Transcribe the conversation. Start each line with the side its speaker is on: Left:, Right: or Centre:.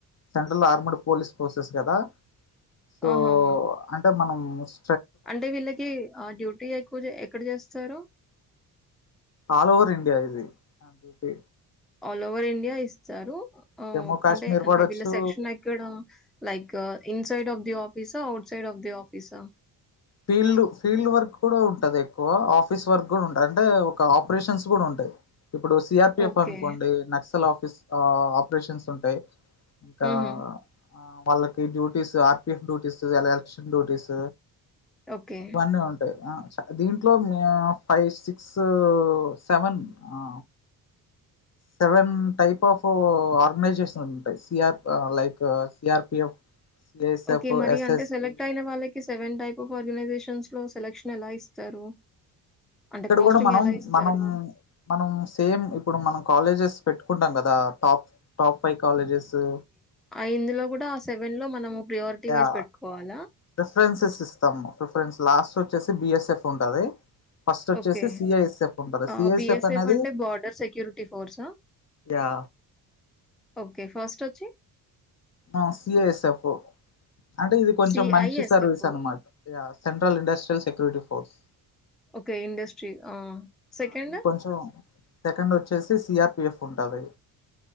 Left: సెంట్రల్ ఆర్మండ్ పోలీస్ ఫోర్సెస్ కదా సో
Centre: ఆహాహా!
Left: అంటె మనం మస్
Centre: అంటే వీళ్ళకి ఆ డ్యూటీ ఎక్కువ ఎక్కడ చేస్తారు
Left: ఆల్ ఓవర్ ఇండియా ఇది డ్యూటీ
Centre: ఆల్ ఓవర్ ఇండియా ఇస్తారు
Left: జమ్మూ కాశ్మీర్
Centre: అంటే అంటే
Left: పడొచ్చు
Centre: వీళ్ళ సెక్షన్ ఎక్కడ like inside of the office ఆ outside of the office
Left: field field work కూడ ఉంటంది, ఎక్కువ ఆఫీస్ వర్క్ కూడ ఉంటది, అంటే ఒక ఆపరేషన్స్ కూడ ఉంటాయి. ఇప్పుడు సిఆర్పిఎఫ్
Centre: ఓకే.
Left: అనుకోండి నక్సల్ ఆఫీస్ ఆపరేషన్స్ ఉంటాయి ఇంకా
Centre: హుహు.
Left: ఆ వాళ్ళకి డ్యూటీస్ ఆర్పిఎఫ్ డ్యూటీస్ ఎల ఎలక్షన్ డ్యూటీస్
Centre: ఓకే.
Left: బానే ఉంటయ్. ఆ స దీంట్లో మియ ఫై సిక్సూ సెవెన్ ఆ. సెవెన్ టైప్ ఆఫ్ ఆర్గనైజేషన్స్ ఉంటై. సిఆర్ప్ లైక్ సిఆర్పిఎఫ్. సిఐఎస్ఎఫ్
Centre: ఓకే మరి
Left: ఎస్ఎస్పి
Centre: అంటే సెలెక్ట్ అయిన వాళ్ళక్. కి సెవెన్ టైప్ ఆఫ్ ఆర్గనైజేషన్స్ లో సెలక్షన్ ఎలా ఇస్తారు. అంటే
Left: ఇక్కడ
Centre: పోస్టింగ్
Left: కూడా మనం
Centre: ఎలా ఇస్తారు?
Left: మనం మనం సేమ్ ఇప్పుడు మనం కాలేజెస్. పెట్టుకుంటాం గదా టాప్ టాప్ ఫై. కాలేజెస్సు.
Centre: ఆ ఇందులో గూడా ఆ సెవెన్ లో మనము. ప్రియొరిటి
Left: యా
Centre: వైజ్ పెట్ కోవాలా.
Left: ప్రిఫరెన్సెస్ ఇస్తాము. ప్రిఫరెన్స్ లాస్ట్ వచ్చేసి బిఎస్ఎఫ్ ఉంటది. ఫస్ట్ వచ్చేసి
Centre: ఓకే
Left: సిఐఎస్ఎఫ్ ఉంటది
Centre: ఆ
Left: సిఐఎస్ఎఫ్
Centre: బిఎస్ఎఫ్
Left: అనేది
Centre: అంటే బార్డర్ సెక్యూరిటీ ఫోర్సా,
Left: యా
Centre: ఓకే ఫస్ట్ వచ్చి.
Left: ఆ సిఎఎస్ ఎఫ్. అంటే ఇది కొంచెం
Centre: సిఐఎస్ఎఫ్.
Left: మంచి సర్వీస్ అనమాట్, yeah central industrial security force.
Centre: Okay industry ఆ. సెకండ్
Left: ఆ ఇది కొంచం సెకండ్ వచ్చేసి సిఆర్పిఎఫ్ ఉంటది.